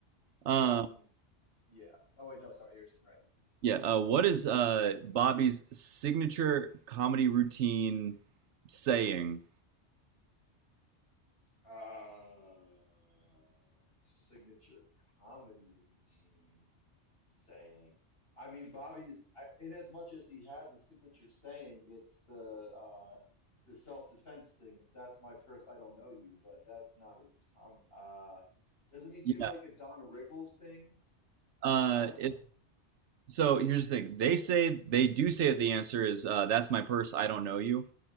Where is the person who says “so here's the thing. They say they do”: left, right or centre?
Right